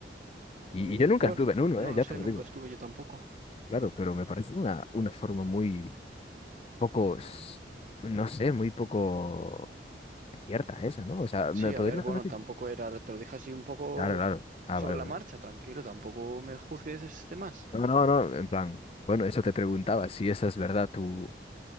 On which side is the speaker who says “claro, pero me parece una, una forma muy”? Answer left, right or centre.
Left